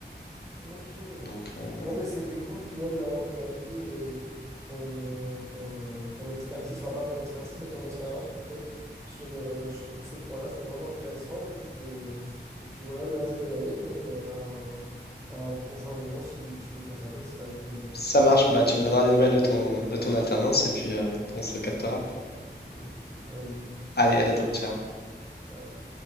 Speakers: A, on the right (about 15°); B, on the left (about 60°).
A: Ok.
B: Donc euh, voilà.
A: Bon, ben c'était cool, Guillaume, d'avoir ton avis et ton, ton, ton expertise, enfin pas ton expertise, mais ton expérience plutôt sur, euh, sur tous ces points-là. C'était vraiment intéressant. Et puis, euh, et puis voilà, là, je dois y aller, mais euh, à, un à un prochain moment, si tu veux qu'on s'appelle, ce sera avec plaisir.
B: Ça marche, bah, tu me donneras des nouvelles de ton, de ton alternance et puis euh, on se captera.
A: <laughs> Vas-y,
B: Allez, à bientôt. Ciao.
A: ciao.